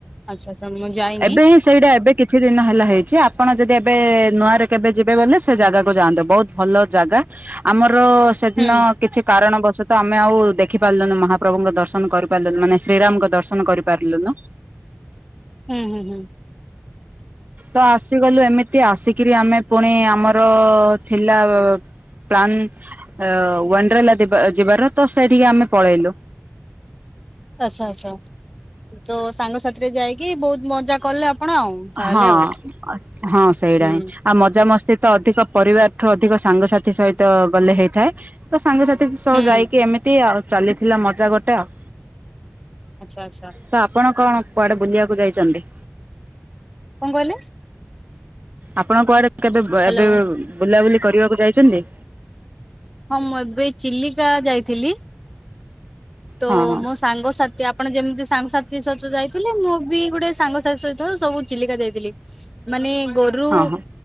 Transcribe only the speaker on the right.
ଏବେ ହିଁ ସେଇଟା ଏବେ କି କିଛିଦିନ ହେଲା ହେଇଚି ଆପଣ ଯଦି ଏବେ ନୂଆରେ କେବେ ଯିବେ ବୋଲେ ସେ ଜାଗାକୁ ଯାଆନ୍ତୁ ବୋହୁତ ଭଲ ଜାଗା। ଆମର ସେଦିନ
କିଛି କାରଣବଶତ ଆମେ ଆଉ ଦେଖିପାରିଲୁନୁ ମହାପ୍ରଭୁଙ୍କ ଦର୍ଶନ କରିପାରିଲୁନୁ ମାନେ ଶ୍ରୀରାମଙ୍କ ଦର୍ଶନ କରି ପାରଲୁନୁ।
ତ ଆସିଗଲୁ ଏମିତି ଆସିକିରି ଆମେ ପୁଣି ଆମର ଥିଲା ବ ପ୍ଲାନ ଅ ୱାଣ୍ଡରେଲା ଦିବା ଯିବାର ତ ସେଇଠିକି ଆମେ ପଳେଇଲୁ।
ହଁ
ଅସ୍ ହଁ ସେଇଟା
ହିଁ ଆଉ ମଜାାମସ୍ତି ତ ଅଧିକ ପରିବାରଠୁ ଅଧିକ ସାଙ୍ଗସାଥି ସହିତ ଗଲେ ହେଇଥାଏ ତ ସାଙ୍ଗସାଥି ସହ
ଯାଇକି ଏମିତି ଆଉ। ଚାଲିଥିଲା ମଜା ଗୋଟେ ଆଉ।
ତ ଆପଣ କଣ କୁଆଡେ ବୁଲିବାକୁ ଯାଇଚନ୍ତି?
ଆପଣ କୁଆଡେ କେବେ
ଏବେ ବୁଲାବୁଲି କରିବାକୁ ଯାଇଚନ୍ତି?
ହଁ ହଁ
ହଁ ହଁ